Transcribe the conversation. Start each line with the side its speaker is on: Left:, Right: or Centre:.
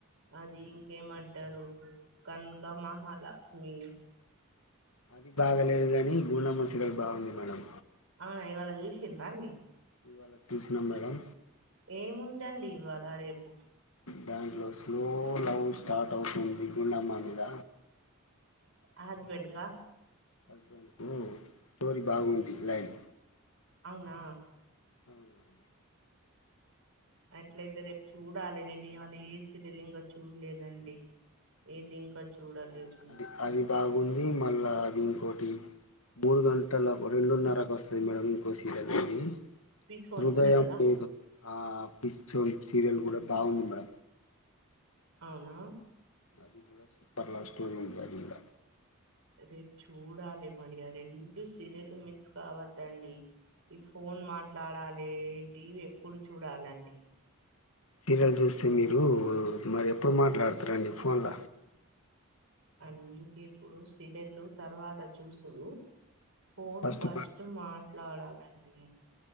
Right: అది ఇంకేమంటరు కనక మహాలక్మి
Left: అది బాగలేదు గాని గుండమ సీరియల్ బాగుంది మేడం
Right: ఆ ఇవాళ చూశిండ్ర అండి
Left: ఇవాళ తూసిన మేడం
Right: ఏముందండి ఇవాళ రేపు
Left: దాంట్లో స్లో లవ్ స్టార్ట్ అవుతుంది గుండమ మీద
Right: హస్బెండ్గ
Left: హస్బెండ్కు <unintelligible> బాగుంది లైన్
Right: అ <unintelligible>
Left: అవునండి
Right: అట్లయితే రేప్ చూడాలె నేను ఇయాళ ఏ సిరేల్ ఇంగ చూల్లేదండీ ఏదింక చూడలేదూ
Left: అది అది అది బాగుంది మళ్ళా అది ఇంకోటీ మూడు గంటలకు రెండున్నరకు ఒస్తది మేడం ఇంకోసీరెల్ అదీ
Right: పిసోని
Left: హృదయం
Right: సీరలా
Left: ఏదో ఆ పిస్చోరిక్ సీరియల్ గూడ బాగుంది మేడ
Right: అవునా
Left: అది గూడా సూపర్ లవ్ స్టోరీ ఉంది అది గూడా
Right: రేప్ చూడాలె మరీ ఆ రెండు సీరియల్లు మిస్ కావద్దండీ ఈ ఫోన్ మాట్లాడాలే టీవి ఎప్పుడు చూడాలండి
Left: తీరెల్ జూస్తే మీరూ మరి ఎప్పుడు మాట్లాడతరండి ఫోన్ల
Right: అందుకే ఇప్పుడు సీరెల్లు తర్వాత చూస్తురూ ఫోన్
Left: ఫస్ట్
Right: ఫస్టు
Left: మా
Right: మాట్లాడాలండీ